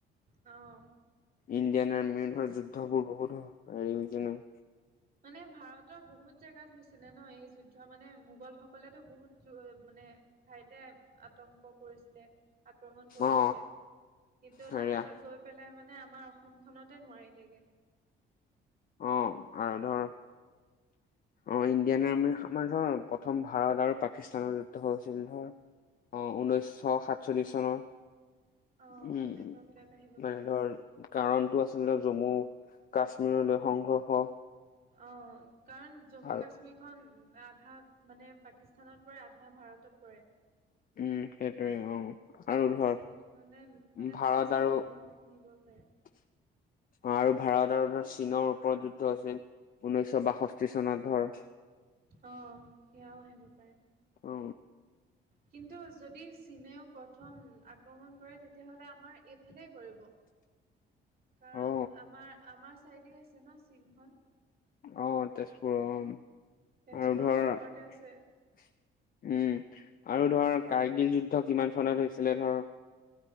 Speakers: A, on the right; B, on the left.
A: অঁ'।
B: ইণ্ডিয়ান আৰ্মিৰ ধৰ যুদ্ধ বোৰ বহুত হয় হেৰি হৈছে ন।
A: মানে ভাৰতৰ বহুত জেগাত হৈছিলে ন, এই যুদ্ধ মানে মোগল সকলেতো বহুত যো মানে ঠাইতে আতংক কৰিছিলে। আক্ৰমণ কৰিছিলে,
B: অ
A: কিন্তু
B: হেৰিয়া
A: লাষ্টত গৈ পেলাই মানে আমাৰ অসমখনতে নোৱাৰিলেগে।
B: অ', আৰু ধৰ' অ', ইণ্ডিয়ান আৰ্মি আমাৰ ধৰ প্ৰথম ভাৰত আৰু পাকিস্তানৰ যুদ্ধ হৈ হৈছিল ধৰ। অ', ঊনৈছশ সাতচল্লিশ চনৰ
A: অ
B: উম উ
A: সেনেকুৱা বিলাক আহিব
B: মানে
A: পাৰে
B: ধৰ কাৰণটো আছিলে জম্মু কাশ্মীৰলৈ সংঘৰ্ষ
A: অ', কাৰণ জম্মু
B: আৰু
A: কাশ্মীৰখন আধা মানে পাকিস্তানত পৰে, আধা ভাৰতত পৰে। বেছি
B: উম সেইটোৱে অ আৰু ধৰ
A: সেইটো কাৰণে মানে
B: ভাৰত
A: পাকিস্তানৰ
B: আৰু
A: মানুহবিলাক কিনিব চাই
B: <unintelligible> আৰু ভাৰত আৰু ধৰ চীনৰ ওপৰত যুদ্ধ হৈছিল, ঊনৈশ বাষষ্ঠি চনত ধৰ।
A: অ', সেয়াও আহিব পাৰে।
B: অ।
A: কিন্তু যদি চীনেও প্ৰথম আক্ৰমণ কৰে, তেতিয়াহ'লে আমাৰ এইফালেই পৰিব।
B: <unintelligible>
A: কাৰণ
B: অ
A: আমাৰ আমাৰ চাইডেই আছে ন চীনখন।
B: অহ তেজপুৰ অহ
A: তেজপুৰৰ
B: আৰু ধৰ
A: ওপৰতে
B: উম
A: আছে
B: আৰু
A: ভাৰতে।
B: ধৰ কাৰ্গিল যুদ্ধ কিমান চনত হৈছিলে ধৰ।